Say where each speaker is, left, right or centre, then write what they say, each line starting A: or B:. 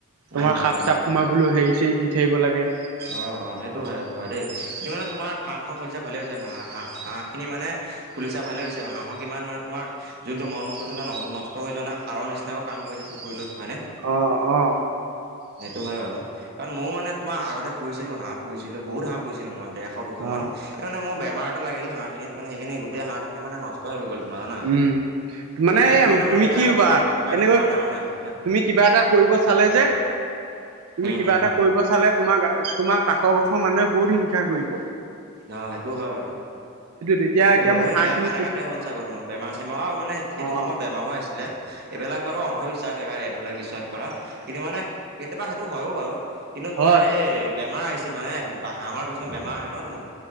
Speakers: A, on the right (about 90°); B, on the right (about 50°).
A: তোমাৰ
B: উম উম
A: সাপ চাপ সোমাবলৈও হেৰি চাৰি দি থাকিব লাগে।
B: অঁ অঁ' সেইটো হয় সেইটো হয় দেই, তুমি মানে তোমাৰ ফাৰ্মখন খুলিছা ভালে হৈছে, মা হাঁ, হাঁহ খিনি মানে- খুলিছা ভালে হৈছে, আঁ- ময় কিমান মানে তোমাৰ যোনটো মল মূত্ৰটো ন নষ্ট হৈ যোৱা নাই সাৰৰ নিচিনাকৈ কাম কৰিছে পুখুৰীটোত হয়নে।
A: অঁ অঁ'
B: সেইটো হয় বাৰু, কাৰণ মও মানে তোমাৰ আগতে- পুহিছিলোঁ হাঁহ, পূহিছিলো বহুত হাঁহ পূহিচিলো ময় দেৰখ, দুশমান।
A: অ'।
B: তাল মানে মোৰ বেমাৰ এটা লাগিল হাঁহখিনিত মানে সেইখিনি গোটেই হাঁহখিনি মানে নষ্টই হৈ গ'ল তোমাৰ জানা।
A: উম, মানে
B: সেইকাৰণে
A: তুমি
B: মই এতিয়া
A: কি হবা,
B: হাঁহৰ ব্যৱসায়টো
A: এনেকৈ
B: কৰা নাই মানে আৰু এতিয়া
A: তুমি কিবা এটা কৰিব চালে যে- তুমি
B: উম
A: কিবা
B: উম
A: এটা কৰিব চালে তোমাৰ তোমাৰ কাষৰ কষৰ মানুহে বহুত হিংসা কৰিব।
B: অঁ, সেইটো হয় বাৰু,
A: তেতিয়া
B: সেইটো
A: এতিয়া
B: হয়
A: মোৰ হাঁহ
B: সেয়া
A: খিনি
B: সেনেকাতে
A: পু
B: হল। বেমাৰ চেমাও আও মানে সেইটো
A: অ',
B: সময়ত বেমাৰও আহিছিলে এইবিলাক বাৰু অন্ধবিশ্বাস- এইবিলাক বিশ্বাস কৰা, কিন্তু মানে কেতিয়াবা সেইটো হয়ও বাৰু কিন্তু
A: হয়
B: তোমাৰ এই- বেমাৰ আহিছিল মানে বা হাঁহৰ কিছুমান বেমাৰ আহে ন তোমাৰ।